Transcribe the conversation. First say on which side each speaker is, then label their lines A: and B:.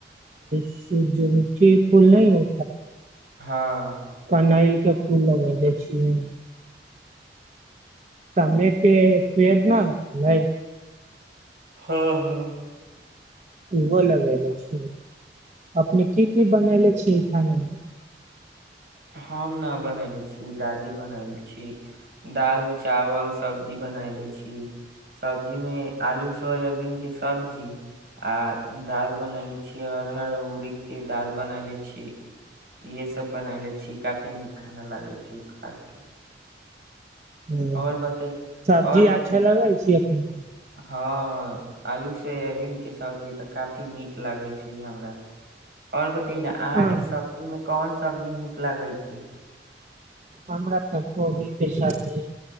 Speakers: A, on the right; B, on the right.
A: सूर्यमुखी फूल नहि हो
B: हँ
A: कनैलके फुल लगैले छियै समे के पेड़ न लइ
B: हँ हँ
A: ओहो लगेले छी अपने की की बनेले छियै खानामे
B: हम न बनले छी दादी बनले छी दाल चावल सब्जी बनेले छी सब्जी मे आलू सोयाबीन के सब्जी आ दाल बनेले छी अरहर उरीद के दाल बनेले छी इहे सब बनेले छी छी काफी नीक खाना लागै छै खा के
A: ह
B: और बते
A: सब्जी
B: और बते
A: अच्छा लगै छै अपने के
B: हँ आलू सोयाबीन के सब्जी तऽ काफी नीक लागै छै हमरा आओर ने अहाँके
A: हाँ,
B: सब्जी में कोन सब्जी नीक लगे छै।
A: हमरा तऽ कोबी के सब्जी